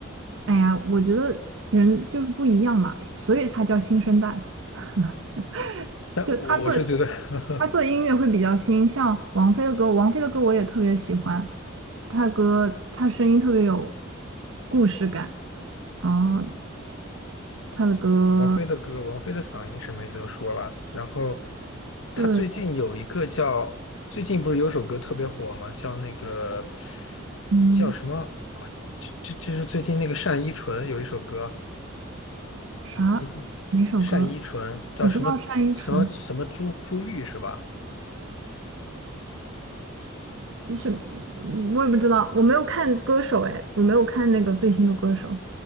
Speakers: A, on the right; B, on the left.
A: 哎呀，我觉得人就是不一样嘛，所以他叫新生代。<laughs>
B: 但我我是觉得
A: 就他做
B: <laughs>
A: 他做音乐会比较新，像王菲的歌，王菲的歌我也特别喜欢，她歌她声音特别有故事感，然后她的歌，
B: 王菲的歌，王菲的嗓音是没得说了。然后
A: 对，
B: 她最近有一个叫，最近不是有首歌特别火吗？叫那个
A: 嗯，
B: 叫什么？哦这这这是最近那个单依纯有一首歌，
A: 啥哪首歌？
B: 你你单依纯叫什么什么什么朱朱玉是吧？
A: 我知道单依纯，就是我也不知道，我没有看歌手，哎，我没有看那个最新的歌手，